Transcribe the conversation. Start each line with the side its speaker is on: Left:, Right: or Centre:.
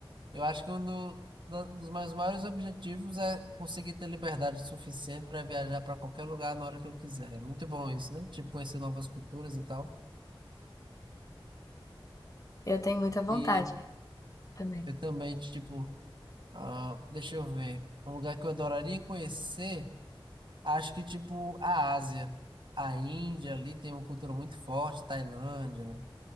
Right: Eu acho que um do- do- dos meus maiores objetivos é conseguir ter liberdade suficiente para viajar para qualquer lugar na hora que eu quiser. É muito bom isso, né? Tipo, conhecer novas culturas e tal.
Left: Eu tenho muita vontade
Right: E
Left: também.
Right: eu também, tipo, ah, deixa eu ver. Um lugar que eu adoraria conhecer, acho que, tipo, a Ásia. A Índia ali tem uma cultura muito forte, Tailândia,